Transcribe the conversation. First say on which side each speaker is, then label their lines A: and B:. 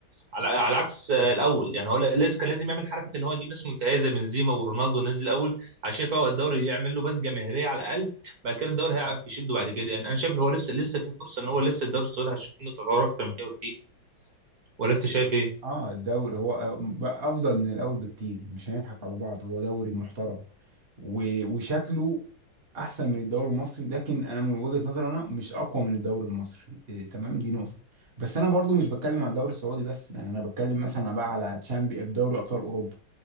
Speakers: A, on the right; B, on the right.
A: على على عكس الاول يعني هو لازم كان لازم يعمل حركه ان هو يجيب ناس منتهيه زي بنزيما ورونالدو والناس دي الاول عشان فهو الدوري يعمل له بس جماهيريه على الاقل بعد كده الدوري هيعرف يشده بعد كده يعني انا شايف ان هو لسه لسه في فرصه ان هو لسه الدوري السعودي هيشوف منه تطور اكتر من كده بكتير ولا انت شايف ايه؟
B: اه الدوري هو بقى افضل من الاول بكتير مش هنضحك على بعض هو دوري محترم و- وشكله احسن من الدوري المصري لكن انا من وجهة نظري انا مش اقوى من الدوري المصري إيه تمام دي نقطة بس انا برضو مش بتكلم على الدوري السعودي بس يعني انا بتكلم مثلا بقى على تشامبي دوري ابطال اوروبا